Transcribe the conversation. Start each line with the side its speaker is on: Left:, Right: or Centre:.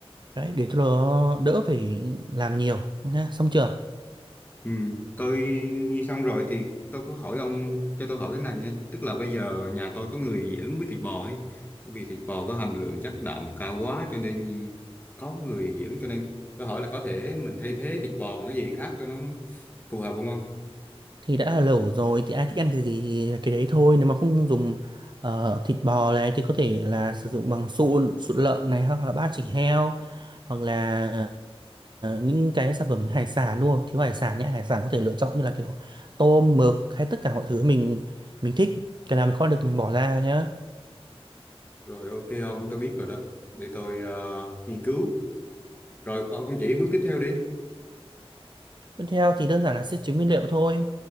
Right: đấy để cho nó đỡ phải làm nhiều nhá xong chưa
Left: Ừ, tôi nghe xong rồi thì tôi có hỏi ông cho tôi hỏi thế này nha tức là bây giờ nhà tôi có người dị ứng với thịt bò ấy bởi vì thịt bò có hàm lượng chất đạm cao quá cho nên có người dị ứng cho nên tôi hỏi là có thể mình thay thế thịt bò bằng cái gì khác cho nó phù hợp không không
Right: thì đã là lẩu rồi thì ai thích ăn cái gì thì cái đấy thôi nếu mà không dùng ờ, thịt bò này thì có thể là sử dụng bằng sụn sụn lợn này hoặc là ba chỉ heo hoặc là ờ, những cái sản phẩm hải sản đúng không thiếu hải sản nhé hải sản có thể lựa chọn như là kiểu tôm mực hay tất cả mọi thứ mình mình thích cái nào mình kho được thì mình bỏ ra nhé
Left: rồi ok ông tôi biết rồi đó để tôi ờ, nghiên cứu rồi ông ông chỉ bước tiếp theo đi
Right: Tiếp theo thì đơn giản là sẽ chứa nguyên liệu thôi.